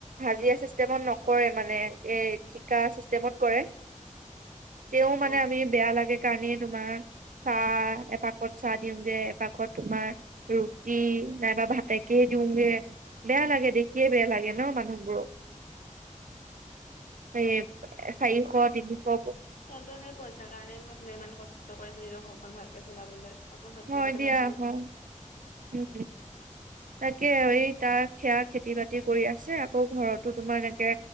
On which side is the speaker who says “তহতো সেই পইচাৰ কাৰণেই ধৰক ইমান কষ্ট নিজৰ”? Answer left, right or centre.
Left